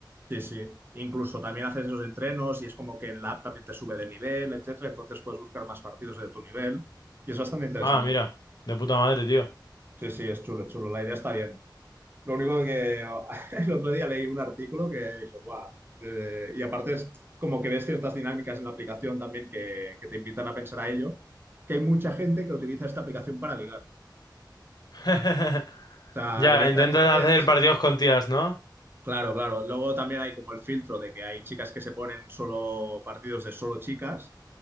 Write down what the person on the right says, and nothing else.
Sí, sí. Incluso también haces esos entrenos y es como que en la app también te sube de nivel, etcétera. Entonces puedes buscar más partidos de tu nivel y es bastante interesante.
Sí, sí, es chulo, es chulo. La idea está bien. Lo único que <laughs> el otro día leí un artículo que dije, guau. eh, y aparte es como que ves ciertas dinámicas en la aplicación también que, que te invitan a pensar a ello, que hay mucha gente que utiliza esta aplicación para ligar. O
sea,
directamente
es...
Claro, claro. Luego también hay como el filtro de que hay chicas que se ponen solo partidos de solo chicas,